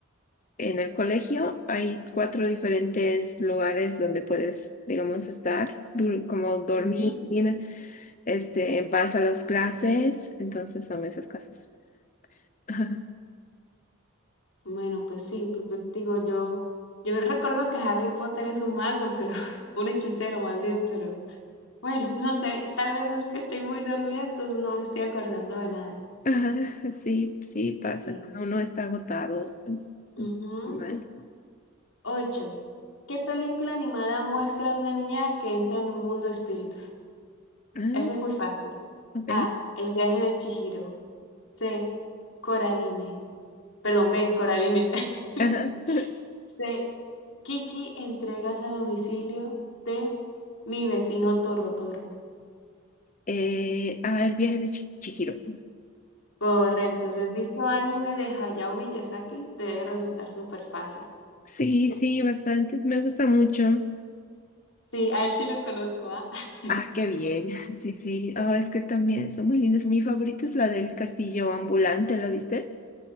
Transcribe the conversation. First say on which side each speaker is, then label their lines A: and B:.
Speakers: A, on the left; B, on the left.
A: En el colegio hay cuatro diferentes lugares donde puedes, digamos, estar, dur- como dormir,
B: Ujú.
A: este, vas a las clases, entonces son esas casas. <laughs>
B: Bueno, pues sí, pues yo te digo yo, yo no recuerdo que Harry Potter es un mago, pero <laughs> un hechicero más bien, pero bueno, no sé, tal vez es que estoy muy dormida, entonces no me estoy acordando de nada.
A: Ah, sí, sí, pasa.
B: Sí.
A: cuando Uno está agotado. Es
B: Ujú.
A: normal.
B: Ocho. ¿Qué película animada muestra a una niña que entra en un mundo de espíritus?
A: Ah,
B: Eso es muy fácil.
A: ok.
B: A. El viaje de Chihiro. C. Coraline. Perdón, B, Coraline. <laughs>
A: Ajá. <laughs>
B: C, Kiki, entregas a domicilio de mi vecino Toro Toro.
A: Eh, ah, el viaje de Chi- Chihiro.
B: Correcto. Si has visto anime de Hayao Miyazaki, te debe resultar súper fácil.
A: Sí, sí, bastantes. Me gusta mucho.
B: Sí, a él sí lo conozco, ¿ah? <laughs>
A: Ah, qué bien. <laughs> Sí, sí. Ah, es que también son muy lindas. Mi favorita es la del castillo ambulante, ¿la viste?